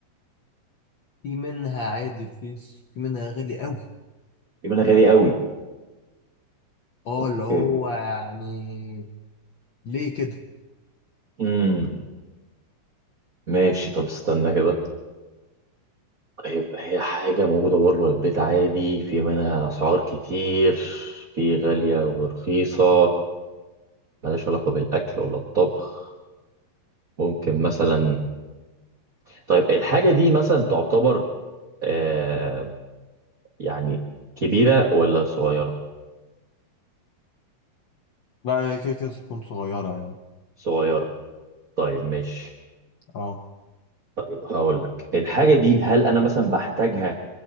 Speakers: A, on the left; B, on the right.
A: في منها عادي رخيص في منها غالي قوي
B: يبقى انا غاليه قوي
A: اه
B: اوكي
A: اللي هو يعني ليه كده
B: امم ماشي طب استنى كده هيبقى هي حاجة موجودة بره البيت عادي في منها أسعار كتير في غالية ورخيصة ملهاش علاقة بالأكل ولا الطبخ ممكن مثلا طيب الحاجة دي مثلا تعتبر آه يعني كبيرة ولا صغيرة؟
A: لا هي كده كده تكون صغيرة يعني
B: صغيرة طيب ماشي
A: اه
B: طيب هقول لك الحاجة دي هل أنا مثلا بحتاجها